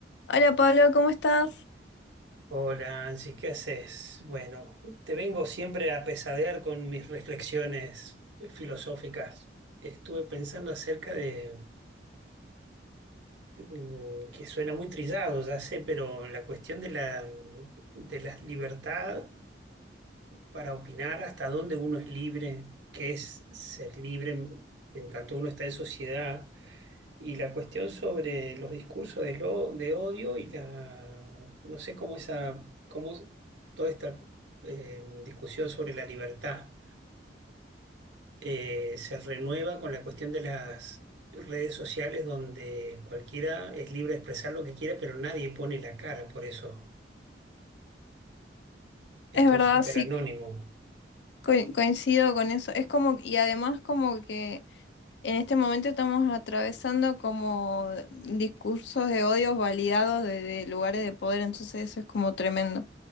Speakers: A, on the left; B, on the right.
A: Hola Pablo, ¿cómo estás?
B: Hola, Angie, ¿qué haces? Bueno, te vengo siempre a pesadear con mis reflexiones eh, filosóficas. Estuve pensando acerca de, mm, que suena muy trillado, ya sé, pero la cuestión de la, mm, de la libertad para opinar hasta dónde uno es libre, qué es ser libre en en tanto uno está en sociedad. Y la cuestión sobre los discursos de, lo- de odio y la, no sé cómo esa, cómo toda esta eh, discusión sobre la libertad eh, se renueva con la cuestión de las redes sociales donde cualquiera es libre de expresar lo que quiera, pero nadie pone la cara por eso. Es
A: Es
B: todo
A: verdad,
B: súper
A: sí,
B: anónimo.
A: co- coincido con eso. Es como, y además como que en este momento estamos atravesando como discursos de odios validados de, de lugares de poder, entonces eso es como tremendo.